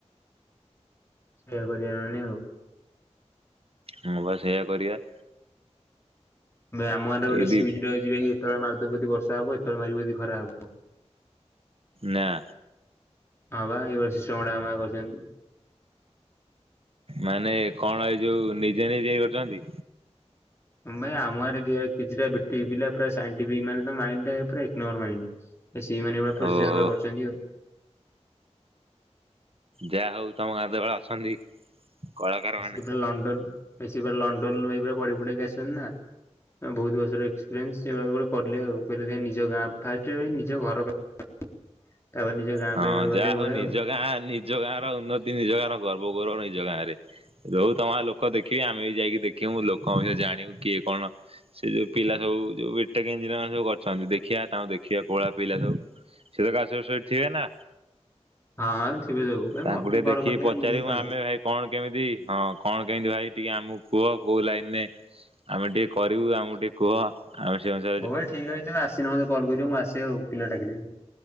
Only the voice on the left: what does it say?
ସେଇୟା କରିବା ନହେଲେ ଆଉ।
ଆମ ଗାଁର ଗୋଟେ
ସୁଇଚ ଟେ ଅଛି। ଯେତବଳେ ମାରିଦବୁ ବର୍ଷାହବ, ଯେତେବେଳେ ମାରିଦବୁ ଖରାହବ
ହଁ ବା ଏଇଭଳିଆ ସିଷ୍ଟମ୍ ଆମ ଗାଁରେ କରିଛନ୍ତି।
ଭାଇ ଆମର କିଛିଟା ବିଟେକ ପିଲା ପୁରା ସାଇଣ୍ଟିଫିକ୍ ମାନେ ତାଙ୍କ ମାଇଣ୍ଡ ତା ପୁରା ଏକନମ୍ବର ମାଇଣ୍ଡ। ସେଇମାନେ ଗୁଡା ପ୍ରୋସିଜର
ଗୁଡା କରଛନ୍ତିଆଉ
ସେ ପୁରା ଲଣ୍ଡନ, ସେ ପୁରା ଲଣ୍ଡନରୁ ପଢି, ପଢକି ଆସଛନ୍ତି ନା? ବହୁତ ବର୍ଷର ଏକ୍ସପିରିଏନ୍ସ। ସେ ଗୋଟେ କଲେ ଆଉ। କହିଲେ <unintelligible> ନିଜ ଗାଁ ଫାଷ୍ଟ ନିଜ ଘର ତାପରେ ନିଜ ଗାଁ
ପାଇଁ ଗୋଟେ
କଲେ ଏଇଭଳିଆ
ଆଉ
ହଁ ହଁ ଥିବେ ସବୁ ଭାଇ
ମତେ
କଲ୍
କରିଦେବେ
ମୁଁ ଯୋଉ ପାଇବି।
ହଉ ଭାଇ ଠିକ ଅଛି ତମେ ଆସିଲେ ମତେ କଲ କରିବ। ମୁ ଆସେ ଆଉ ପିଲା ଡାକି ଦେବି